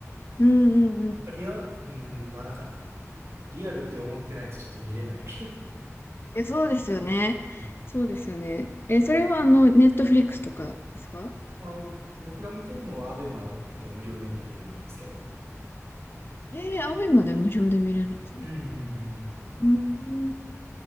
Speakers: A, on the left (about 45°); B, on the right (about 60°).
A: うん、うんうん。
B: リア、うん、まあなんかリアルって思ってないとちょっと見れない。
A: え、そうですよね。
B: <laughs> うん
A: そうですよね。え、それは、あの、ネットフリックスとかですか
B: あえっと、僕が見てるのはアベマで無料で見れるんですけど。
A: えー、アベマで無料で見れるんですね。
B: うんうんうん。
A: うん、